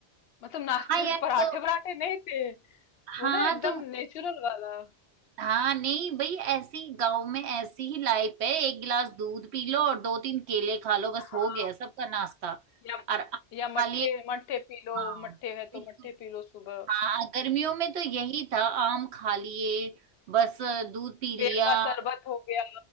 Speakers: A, on the left; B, on the right.
A: मतलब नाश्ते
B: हाँ
A: में
B: यार
A: पराठे
B: तो
A: वराठे नहीं थे
B: हाँ
A: वो ना एकदम
B: तो
A: नेचुरल वाला
B: हाँ नहीं भाई ऐसी गांव में ऐसी ही लाइफ है एक गिलास दूध पी लो और दो तीन केले खा लो बस
A: हाँ
B: हो गया सबका नाश्ता
A: हाँ। या
B: और आप
A: या
B: खाली
A: मट्ठे
B: एक
A: मट्ठे पी लो
B: हाँ
A: मट्ठे है
B: बिल्कुल
A: तो मट्ठे पी लो सुबह
B: हाँ गर्मियों में तो यही था आम खा लिए बस दूध पी लिया
A: बेल का शरबत हो गया